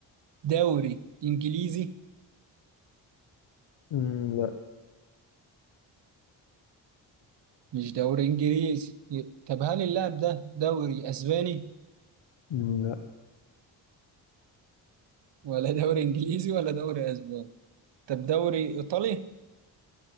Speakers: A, on the right (about 60°); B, on the left (about 70°).
A: دوري انجليزي
B: مم. لا
A: مش دوري انجليزي طب هل اللاعب ده دوري اسباني
B: مم. لا
A: ولا دوري انجليزي ولا دوري اسباني طب دوري ايطالي